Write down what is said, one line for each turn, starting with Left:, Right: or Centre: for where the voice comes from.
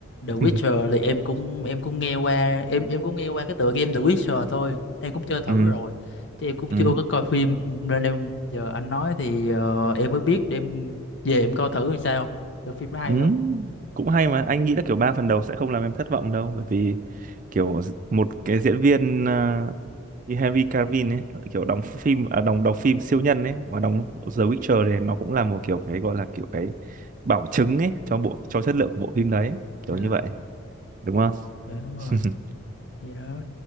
Left: The Witcher
Right: <laughs>
Left: thì em cũng em cũng nghe qua em em cũng nghe qua cái tựa game The Witcher thôi em cũng chơi thử
Right: ừ.
Left: rồi chứ em cũng
Right: ừ.
Left: chưa có coi phim nên em giờ anh nói thì ờ, em mới biết em về em coi thử thì sao thử phim nó hay
Right: ừ. <laughs>
Left: không
Right: cũng hay mà anh nghĩ là kiểu ba phần đầu sẽ không làm em thất vọng đâu bởi vì kiểu một cái diễn viên ờ, như Henry Cavill ấy kiểu đóng phim à, đóng đóng phim siêu nhân ấy và đóng The Witcher này nó cũng là một kiểu cái gọi là kiểu cái bảo chứng ấy cho bộ cho chất lượng của bộ phim đấy kiểu
Left: Ờ,
Right: như vậy đúng không
Left: dạ đúng rồi
Right: <laughs>
Left: gì đó